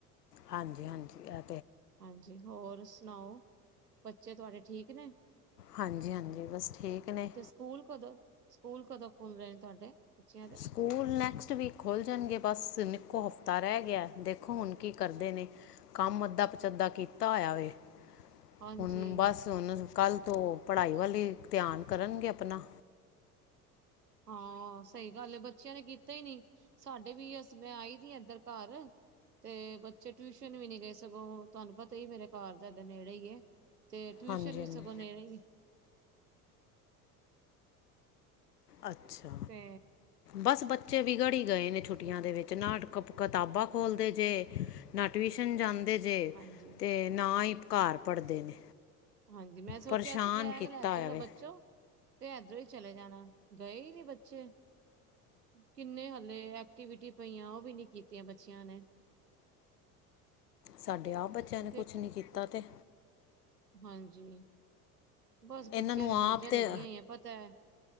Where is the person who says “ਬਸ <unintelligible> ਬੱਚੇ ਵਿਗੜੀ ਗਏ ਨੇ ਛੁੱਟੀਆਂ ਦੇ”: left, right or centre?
Left